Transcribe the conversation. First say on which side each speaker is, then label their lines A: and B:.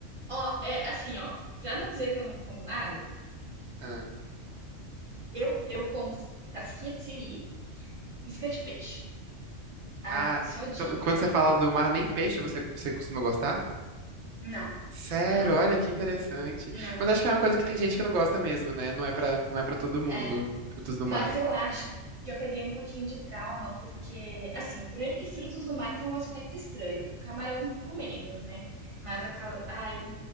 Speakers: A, on the right; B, on the right.
A: Ó, é assim, ó. Pra não dizer que eu não como nada,
B: Ah,
A: eu, eu como casquinha de siri, isca de peixe. Ah,
B: Ah,
A: passou disso.
B: então quando você fala do mar, nem peixe você, você costuma gostar?
A: Não,
B: Sério,
A: não,
B: olha que interessante.
A: não.
B: Mas acho que é uma coisa que tem gente que não gosta mesmo, né? Não é pra, não é pra todo mundo,
A: É,
B: frutos do mar.
A: Mas eu acho que eu peguei um pouquinho de trauma, porque, assim, primeiro que frutos do mar tem um aspecto estranho, o camarão um pouco menos, né? Mas aquela, ai,